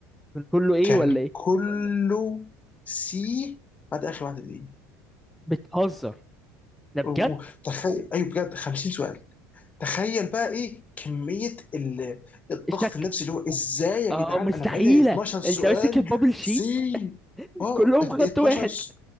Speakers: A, in the centre; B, on the left.
A: من كله ايه
B: كان
A: ولا ايه
B: كله سي بعد اخر واحده دي
A: بتهزر ده بجد
B: و- وتخيل ايوه بجد 50 سؤال تخيل بقى ايه كمية ال- الضغط
A: شك
B: النفسي اللي هو ازاي يا
A: اه
B: جدعان
A: مستحيلة
B: انا بقالي 12 سؤال
A: انت ماسك البابل شيت
B: سي اه
A: كلهم
B: 12
A: خط واحد
B: س-